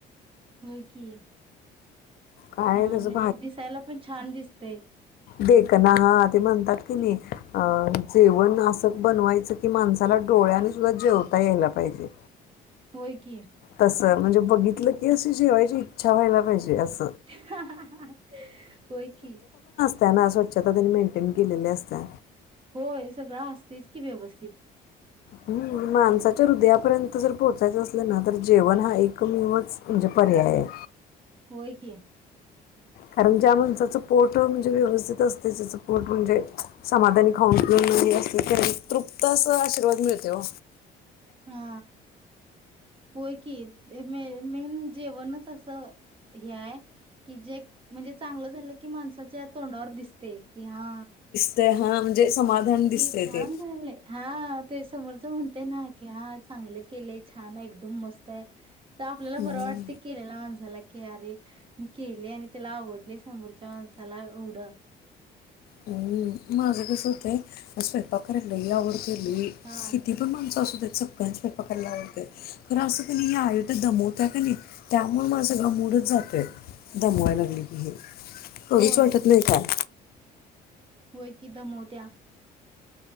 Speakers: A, on the right (about 30°); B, on the left (about 65°).
A: होय की
B: काय
A: छान
B: त्याचं
A: म्हणजे दिसायला पण छान दिसतेय.
B: देकना हा ते म्हणतात कणी आ जेवण असं बनवायचं की माणसाला डोळ्याने सुद्धा जेवता यायला पाहिजे.
A: होय की.
B: तस म्हणजे बघितलं की अशी जेवायची इच्छा व्हायला पाहिजे अस
A: <unintelligible> होय की.
B: त्यांना स्वच्छता त्यांनी मेंटेन केलेली असत्या
A: होय सगळं असतयच की व्यवस्थित
B: हम्म माणसाच्या हृदयापर्यंत जर पोहोचायचं असलं ना तर जेवण हा एकमेवच म्हणजे पर्याय हाय.
A: होय की.
B: कारण ज्या माणसाचं पोट म्हणजे व्यवस्थित असते त्याचं पोट म्हणजे समाधानी खाऊन पिऊन असते ते तृप्त अस आशीर्वाद मिळतय ओ.
A: हा होई की ते मेन जेवणच असं हे हाय की जे म्हणजे चांगलं झालं की माणसाच्या तोंडावर दिसतय की हा
B: ते हा म्हणजे समाधान दिसतंय
A: कि छान
B: ते
A: झालेय हा ते समोरच म्हणते ना की हा चांगले केलय छान आहे एकदम मस्तय. तर आपल्याला
B: हम्म.
A: बरं वाटते केलेला माणसाला की अरे मी केले आणि त्याला आवडले समोरच्या माणसाला एवढं
B: हम्म माझं कस होतय स्वयपाक करायला लइ आव लई किती
A: हा
B: पण माणसं अस सगळा स्वयंपाक करायला आवडतोय खर असं कानी आया दमवतय कणी त्यामुळ माझ सगळा मुडच जातोय. दमवाय लागली की करूच
A: होय
B: वाटत नाही काय
A: होय की दमोवत्या